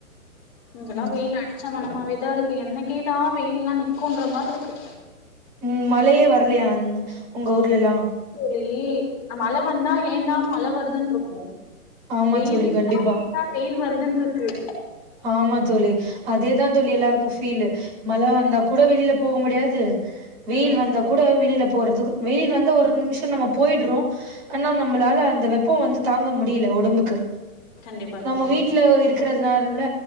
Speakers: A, on the left; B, on the right.
A: இங்கல்லாம்
B: ம்
A: வெயில அடிச்ச மனமாவேதான் இருக்கு என்னைக் கிதான் வெயில்ல்லாம் நிக்கொன்ர மாதிரி இருக்கு
B: உம் மழயே வரலையா அந் உங்க ஊர்ல எல்லாம்
A: ப்ளி அம்மழ வந்தா ஏண்டா மழ வருதுன்ட்ருக்கும்
B: ஆமா
A: வெயில்
B: தோழி
A: வந்தா
B: கண்டிப்பா
A: ஏண்டா வெயில் வருது இதுன்ருக்கு
B: ஆமா தோலி அதேதான் தோலி எல்லாருக்கும் ஃபீல் மழ வந்தா கூட வெளியில போக முடியாது வெயில்
A: ம்
B: வந்தா கூட வெளில போறது வெயில் வந்து ஒரு நிமிஷம் நம்ம போய்டுறோம் ஆனா நம்மளால அந்த அந்த வெப்பம் வந்து தாங்க முடில ஒரு டம்புக்கு
A: கண்டிப்பா
B: நம்ம
A: தோழி
B: வீட்ல இருக்குறது <unintelligible> இல்ல